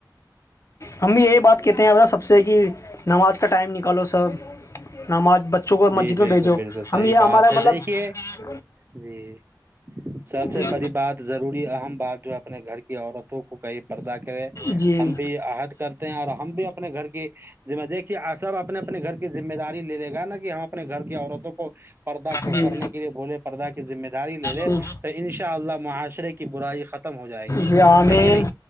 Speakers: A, on the left; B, on the right.
A: ہم بھی یہی
B: جی
A: بات کہتے ہیں سب سے کہ نماز کا ٹائم نکالو سب نماز بچوں کو مسجد
B: جی بالکل
A: میں بھیجو
B: بالکل صحیح
A: ہم یہ ہمارا
B: بات ہے
A: مطلب
B: دیکھیے جی سب سے
A: جی
B: بڑی بات ضروری آ بار جو اپنے گھر کی عورتوں کو کہیں پردہ کرے
A: جی
B: ہم بھی عحد کرتے ہیں اور ہم بھی اپنے گھر کی جی مج کہ ساب اپنے اپنے گھر کے ذمہ داری لے گا نا کہ کہ ہم اپنے گھر کی عورتوں کو پردہ
A: جی
B: کرنے کے لیے بولے پردہ کی ذمہ داری لے لے
A: جی
B: تو ان شاء اللہ معاشرے کی برائی ختم ہو جائیں گی
A: جی آمین
B: ہے کہ نہیں